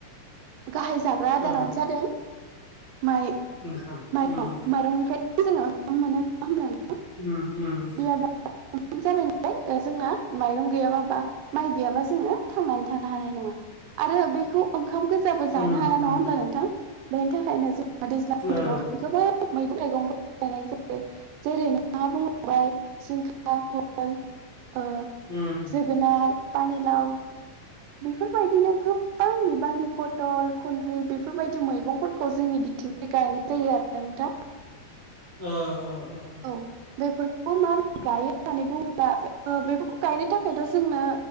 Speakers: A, on the right; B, on the right.
A: गाहाय जाग्रा आदारानो
B: ओ
A: जादों माइ
B: ओंखाम
A: माइरं
B: उम
A: माइरंनिफ्राय ज मान मा होनबा
B: ओम ओम
A: जाबाय नालाय जोंना माइरं गैयाबाबा माइ गैयाबा जोङो थांनानै थानो हानाय नङा आरो बेखौ ओंखाम जानो
B: उम
A: हाया नङा
B: उम
A: होनोमब्ला नोंथां बेनि थाखायनो जोंहा दैज्लां
B: ओ
A: बोथोरावहाय गोबां मैगं थाइगंफोर गायनाय जायो। जेरै नोंथाङा बुंलांबाय सिंखा भल ओ
B: ओम
A: जोगोनार पानिलाव बेफोरबायदिनो खोब गोबां बिबांनि पटल खुन्द्रि बेफोरबायदि मैगंफोरखौ जोंनि बिथिंनि गायनाय जायो आरो नोंथां
B: अ अ अ अ
A: औ बेफोरखौ म गायो होननानै बुङोब्ला बेफोरखौ गायनो थाखायथ' जोंनो